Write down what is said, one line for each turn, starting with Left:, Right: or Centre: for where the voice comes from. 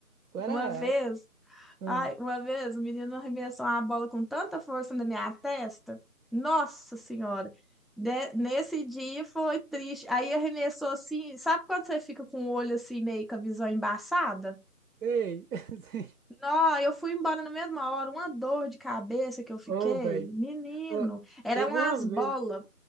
Right: Eu era.
Centre: uma vez,
Right: ah,
Centre: ai, uma vez, o menino arremessou uma bola com tanta força na minha testa. Nossa Senhora. De- nesse dia foi triste. Aí arremessou assim, sabe quando você fica com o olho assim, meio com a visão embaçada?
Right: Ei. <laughs>
Centre: Não, eu fui embora na mesma hora. Uma dor de cabeça que eu fiquei,
Right: Ô, velho.
Centre: menino,
Right: Ô,
Centre: era
Right: Teve
Centre: umas
Right: uma
Centre: bolas.
Right: vez,